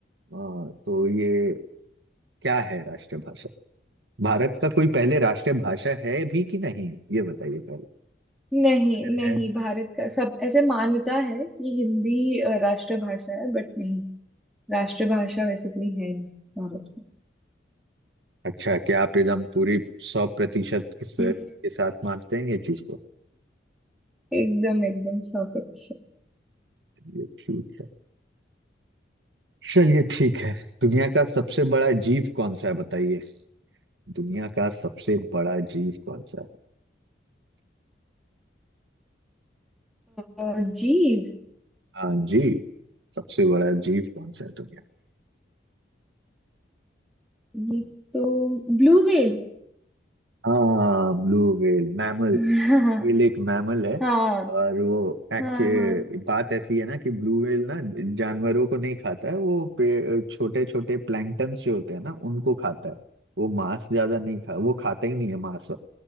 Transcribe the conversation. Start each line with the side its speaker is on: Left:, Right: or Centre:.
Right: तो ये क्या है राष्ट्रीय भाषा भारत का कोई पहले राष्ट्रीय भाषा है भी कि नहीं है ये बताइए पहले
Centre: नहीं
Right: अगर
Centre: नहीं
Right: है
Centre: भारत का सब ऐसे मान्यता है कि हिंदी अ, राष्ट्रभाषा है बट नहीं राष्ट्रभाषा वैसे कोई है नहीं भारत की
Right: अच्छा क्या आप एकदम पूरी सौ प्रतिशत इस
Centre: हम्म,
Right: के साथ मानते हैं ये चीज को
Centre: एकदम एकदम सौ प्रतिशत
Right: ये ठीक है चलिए ठीक है दुनिया का सबसे बड़ा जीव कौन सा है बताइए दुनिया का सबसे बड़ा जीव कौन सा है
Centre: और जीव
Right: हाँ जी सबसे बड़ा जीव कौन सा है दुनिया
Centre: ये तो ब्लू व्हेल
Right: हाँ blue whale mammal
Centre: <laughs>
Right: blue whale एक मैमल है
Centre: हाँ
Right: और वो एक्चुअली
Centre: हाँ हाँ हाँ
Right: बात ऐसी है ना कि ब्लू व्हेल ना जानवरों को नहीं खाता है वो पे छोटे छोटे प्लैंक्टन्स जो होते हैं ना उनको खाता है वो मांस ज्यादा नहीं खा वो खाता ही नहीं है मांस